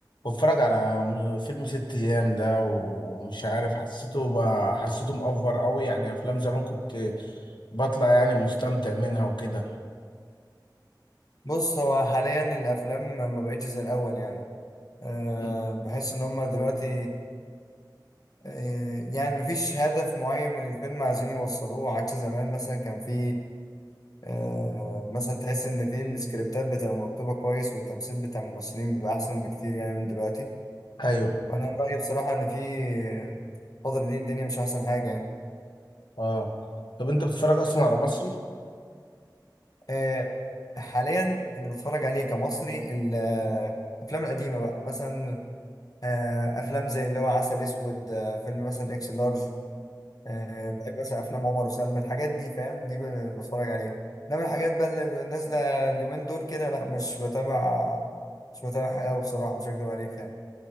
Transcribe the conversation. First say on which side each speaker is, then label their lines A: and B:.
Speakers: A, on the left; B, on the left.
A: بتفرج على م- فيلم ست أيام ده ومش عارف حسيته بقى حسيته مأفور أوي يعني أفلام زمان كنت بطلع يعني مستمتع منها وكده
B: بص هو حاليا الافلام ما بقتش زي الاول يعني أه
A: مم.
B: بحس ان هم دلوقتي أه يعني مفيش هدف معين من الفيلم عايزين يوصلوه عكس زمان مثلا كان في أه مثلا تحس ان في السكريبتات بتبقى مكتوبة كويس والتمثيل بتاع الممثلين بيبقى احسن بكتير يعني من دلوقتي
A: أيوه
B: فانا رأيي بصراحة ان في آه، الفترة دي الدنيا مش احسن حاجة يعني
A: أه طب أنت بتتفرج أصلا على مصري؟
B: آه، حاليا اللي بتفرج عليه كمصري ال- آه، الافلام القديمه بقى مثلا آه، افلام زي اللي هو عسل اسود آه، فيلم مثلا اكس لارج آه، بحب مثلا افلام عمر وسلمى الحاجات دي فاهم دي ب- بتفرج عليه انما الحاجات بقى اللي نازله اليومين دول كده لا مش بتابع مش بتابعها قوي بصراحه مش هكدب عليك يعني